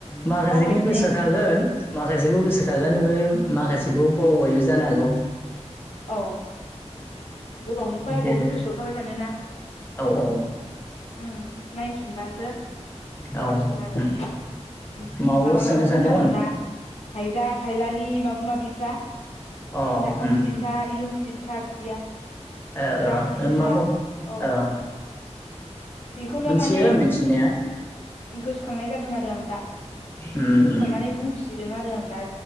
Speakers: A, on the left; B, on the left.
A: माखासेखौ
B: बावबायसो
A: गोसो
B: ने
A: थागोन। माखासेखौ गोसो थागोन बै माखासेखौ बावबायबो जानो हागौ।
B: औ। गोबावनि खरा
A: बिदि
B: बावथो
A: आरो
B: गोसोआव थाबाय थानोना।
A: औ औ
B: उम नायफिनबासो। माबासिगोन
A: औ उम
B: आरो उम
A: माबाफोर
B: माबा माबि
A: सोंनो
B: दंथारोमोन
A: सानदोंमोन
B: ना। थाइजा थाइलालि माबा मा बिफ्रा
A: अ
B: जाखां
A: उम
B: बिदिन्था इयुन बिदिन्था बिदिया।
A: ओ
B: दा
A: ओ <unintelligible>
B: बिदिन्था औ
A: ओ
B: बेखौनो
A: मोनथियो
B: माने
A: मिथिनाया।
B: गोसोखांनाय जादों आरो आं दा
A: उम
B: गोसोखांनानै
A: उम
B: बुंथिदों आरो आं दा।